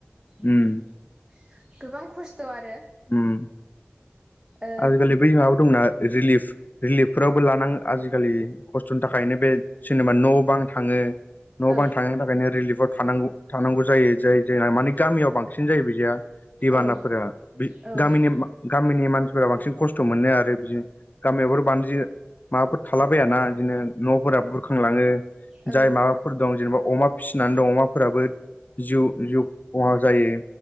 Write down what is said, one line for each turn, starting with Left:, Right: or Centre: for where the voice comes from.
Right: <inaudible>
Left: उम
Right: गोबां खस्थ' आरो।
Left: उम
Right: ओ
Left: आजिखालि बै माबा दंना रिलिफ रिलिफफोरावबो लानांगो आजिखालि खस्थ'नि थाखायनो बे जेनेबा न' बां थाङो। न'
Right: औ
Left: बां थांनो थाखायनो रिलिफआव थांगौ थानांगौ जायो जाय जाय मानि गामियाव बांसिन जायो बिदिया। दैबानाफोरा
Right: औ औ
Left: गामिनि गामिनि मानसिफोरा बांसिन खस्थ' मोनो आरो बिदिनो। गामियाफोर बानजियो माबाफोर थालाबायाना बिदिनो न'फोरा बुरखांलाङो
Right: औ
Left: जाय माबा फोर दं जेनेबा अमा फिसिनानै दं अमाफोराबो जिउ खहा जायो